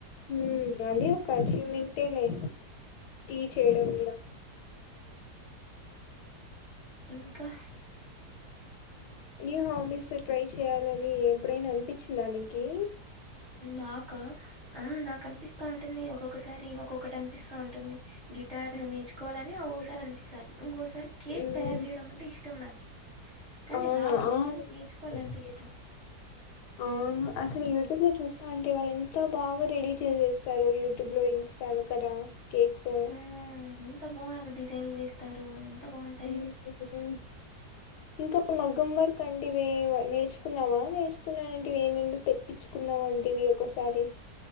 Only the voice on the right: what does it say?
ఇంకా.
నాకా ఆ నాకు అనిపిస్తా ఉంటుంది ఒక్కొక్కసారి ఒక్కొక్కటి అనిపిస్తా ఉంటుంది. గిటార్ నేర్చుకోవాలని ఒ. కరణ్ సార్. ఇంకోసారి కేక్
తయారు చేయడం అంటే ఇష్టం నాకి, కానీ
రాదు,
కానీ నేర్చుకోవాలంటే
ఇష్టం.
ఆ ఎంత బాగా డిజైన్ వేస్. అంటారు ఎంత బాగుంటాయో.